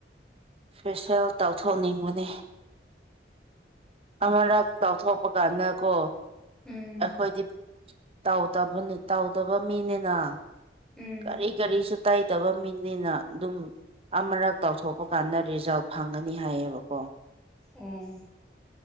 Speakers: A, on the right (about 35°); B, in the centre.
A: ꯐꯦꯁꯦꯜ ꯇꯧꯊꯣꯛꯅꯤꯡꯕꯅꯤ ꯑꯃꯔꯛ ꯇꯥꯎꯊꯣꯛꯄ ꯀꯥꯟꯗꯀꯣ
B: ꯎꯝ
A: ꯑꯩꯈꯣꯏꯗꯤ ꯇꯧꯗꯕꯅꯤ ꯇꯧꯗꯕ ꯃꯤꯅꯤꯅ
B: ꯎꯝ
A: ꯀꯔꯤ ꯀꯔꯤꯁꯨ ꯇꯥꯏꯗꯕ ꯃꯤꯅꯤꯅ ꯑꯗꯨꯝ ꯑꯃꯔꯛ ꯇꯧꯊꯣꯛꯄ ꯀꯥꯟꯗ ꯔꯤꯖꯜꯠ ꯐꯪꯒꯅꯤ ꯍꯥꯏꯌꯦꯕꯀꯣ
B: ꯎꯝ